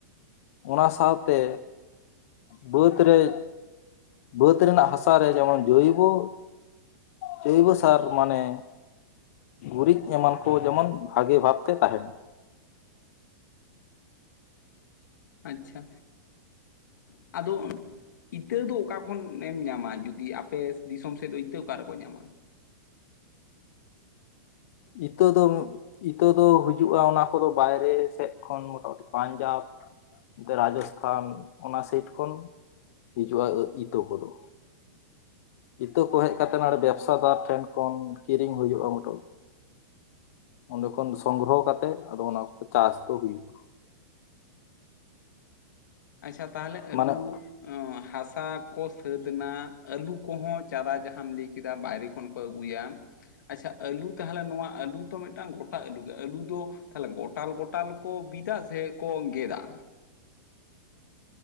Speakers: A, on the left; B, on the left.
A: ᱚᱱᱟ ᱥᱟᱶᱛᱮ ᱵᱟᱹᱫᱽ ᱨᱮ ᱵᱟᱹᱫᱽ ᱨᱮᱱᱟᱜ ᱦᱟᱥᱟ ᱨᱮ ᱡᱮᱢᱚᱱ ᱡᱳᱭᱵᱚ ᱡᱚᱭᱵᱚ ᱥᱟᱨ ᱢᱟᱱᱮ ᱜᱩᱨᱤᱡ ᱮᱢᱟᱱ ᱠᱚ ᱡᱮᱢᱚᱱ ᱵᱷᱟᱜᱤ ᱵᱷᱟᱵᱛᱮ ᱛᱟᱦᱮᱱ ᱢᱟ᱾
B: ᱟᱪᱪᱷᱟ ᱟᱫᱚ ᱤᱛᱟᱹ ᱫᱚ ᱚᱠᱟ ᱠᱷᱚᱱᱮᱢ ᱧᱟᱢᱟ ᱡᱩᱫᱤ ᱟᱯᱮ ᱫᱤᱥᱚᱢ ᱥᱮᱫ ᱫᱚ ᱤᱛᱟᱹ ᱚᱠᱟ ᱨᱮᱠᱚ ᱧᱟᱢᱟ?
A: ᱤᱛᱟ ᱫᱚ ᱤᱛᱟᱹ ᱫᱚ ᱦᱤᱡᱩᱜᱼᱟ ᱚᱱᱟ ᱠᱚᱫᱚ ᱵᱟᱭᱨᱮ ᱥᱮᱫ ᱠᱷᱚᱱ ᱢᱚᱴᱟᱢᱩᱴᱤ ᱯᱟᱧᱡᱟᱵᱽ ᱮᱱᱛᱮ ᱨᱟᱡᱚᱥᱛᱷᱟᱱ ᱚᱱᱟ ᱥᱮᱟᱭᱤᱴ ᱠᱷᱚᱱ ᱦᱤᱡᱩᱜᱼᱟ ᱤᱛᱟᱹ ᱠᱚᱫᱚ᱾ ᱤᱛᱟᱹ ᱠᱚ ᱦᱮᱡ ᱠᱟᱛᱮ ᱱᱚᱸᱰᱮ ᱵᱮᱵᱽᱥᱟᱫᱟᱨ ᱴᱷᱮᱱ ᱠᱷᱚᱱ ᱠᱤᱨᱤᱧ ᱦᱩᱭᱩᱜᱼᱟ ᱢᱚᱴᱟᱢᱩᱴᱤ ᱚᱸᱰᱮ ᱠᱷᱚᱱ ᱥᱚᱝᱜᱨᱚᱦᱚ ᱠᱟᱛᱮᱫ ᱟᱫᱚ ᱚᱱᱟ ᱠᱚ ᱪᱟᱥ ᱫᱚ ᱦᱩᱭᱩᱜᱼᱟ᱾
B: ᱟᱪᱪᱷᱟ ᱛᱟᱦᱚᱞᱮ ᱟᱞᱩ
A: ᱢᱟᱱᱮ
B: ᱦᱟᱥᱟ ᱠᱚ ᱥᱟᱹᱛ ᱮᱱᱟ, ᱟᱹᱞᱩ ᱠᱚᱦᱚᱸ ᱪᱟᱨᱟ ᱡᱟᱦᱟᱸᱢ ᱞᱟᱹᱭ ᱠᱮᱫᱟ ᱵᱟᱭᱨᱮ ᱠᱚ ᱠᱷᱚᱱ ᱠᱚ ᱟᱹᱜᱩᱭᱟ ᱟᱪᱪᱷᱟ ᱟᱹᱞᱩ ᱛᱟᱦᱚᱞᱮ ᱱᱚᱣᱟ ᱟᱞᱩ ᱟᱹᱞᱩ ᱫᱚ ᱢᱤᱫᱴᱟᱝ ᱜᱚᱴᱟ ᱟᱹᱞᱩ ᱜᱮ ᱟᱹᱞᱩ ᱫᱚ ᱛᱟᱦᱚᱞᱮ ᱜᱚᱴᱟᱞ ᱜᱚᱴᱟᱞ ᱠᱚ ᱵᱤᱫᱟ ᱥᱮ ᱠᱚ ᱜᱮᱫᱟ?